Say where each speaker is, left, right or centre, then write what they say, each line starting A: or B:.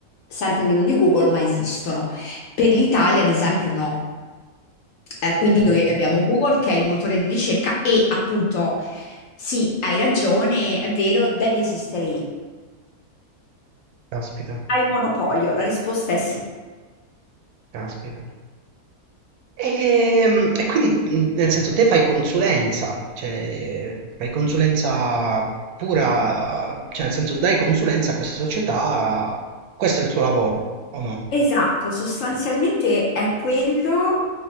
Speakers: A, on the left (about 65°); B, on the right (about 75°).
A: sempre meno di Google, ma esistono. Per l'Italia, ad esempio, no. Eh, quindi
B: capito.
A: noi abbiamo Google che è il motore di ricerca e appunto sì, hai ragione, è vero, deve esistere lì.
B: Caspita,
A: Ha il monopolio, la risposta è sì.
B: caspita. E, e quindi, mh, nel senso, te fai consulenza, cioè fai consulenza pura, cioè nel senso dai consulenza a queste società, questo è il tuo lavoro, o no?
A: Esatto, sostanzialmente è quello.